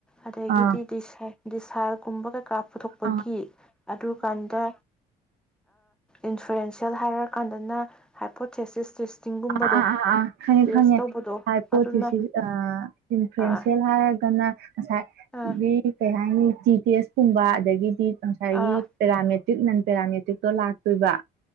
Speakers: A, in the centre; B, on the right.
A: ꯑꯗꯒꯤꯗꯤꯗꯤ
B: ꯑꯥ
A: ꯗꯤꯁ ꯗꯤꯁꯥꯔ ꯀꯨꯝꯕ ꯀꯦ ꯀꯥꯞ ꯄꯨꯊꯣꯛꯄꯒꯤ
B: ꯑꯥ
A: ꯑꯗꯨ ꯀꯥꯟꯗ ꯏꯟꯐ꯭ꯂꯨꯌꯦꯟꯁꯤꯦꯜ ꯍꯥꯏꯔ ꯀꯥꯟꯗꯅ ꯍꯥꯏꯄꯣꯊꯦꯁꯤꯁ ꯇꯦꯁꯇꯤꯡꯒꯨꯝꯕꯗꯣ
B: ꯑꯥ ꯑꯥ ꯑꯥ ꯑꯥ ꯈꯪꯉꯦ
A: ꯇꯦꯁ
B: ꯈꯪꯉꯦ
A: ꯇꯧꯕꯗꯣ
B: ꯍꯥꯏ
A: ꯑꯗꯨꯅ
B: ꯄꯣꯠꯇꯤꯁꯤ ꯏꯟꯐ꯭ꯂꯨꯌꯦꯟꯁꯤꯌꯦꯜ
A: ꯑꯥ
B: ꯍꯥꯏꯔꯒꯅ ꯉꯁꯥꯢꯒꯤ
A: ꯑꯥ
B: ꯀꯩ ꯍꯥꯢꯅꯤ ꯇꯤ ꯇꯦꯁ ꯀꯨꯝꯕ ꯑꯗꯒꯤꯗꯤ ꯉꯁꯥꯏꯒꯤ
A: ꯑꯥ
B: ꯄꯦꯔꯥꯃꯤꯠ ꯇ꯭ꯔꯤꯠꯃꯦꯟ ꯄꯦꯔꯥꯃꯦꯇꯤꯛꯇꯣ ꯂꯥꯛꯇꯣꯏꯕꯥ꯫